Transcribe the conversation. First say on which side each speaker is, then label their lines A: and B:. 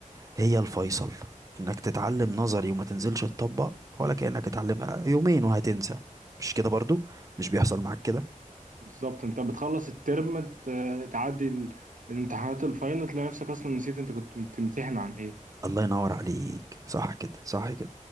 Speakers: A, on the right; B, on the right.
A: هي الفيصل انك تتعلم نظري وما تنزلش تطبق ولا كانك اتعلم يومين وهتنسى مش كده برضه مش بيحصل معاك كده
B: بالظبط انت بتخلص الترم ت- تعدي ال- الامتحانات الفاينل تلاقي نفسك اصلا نسيت انت كنت بتمتحن عن ايه
A: الله ينور عليك صح كده صح كده